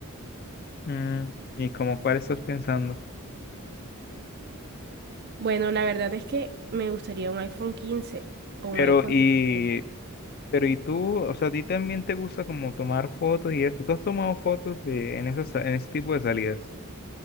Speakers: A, on the left; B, on the right.
A: Mm, ¿y como cuál estás pensando?
B: Bueno, la verdad es que me gustaría un iPhone 15 o
A: Pero,
B: un iPhone
A: y,
B: dieciséis
A: pero, ¿y tú? O sea, ¿a ti también te gusta como tomar fotos y eso? ¿Tú has tomado fotos de, en esas, en ese tipo de salidas?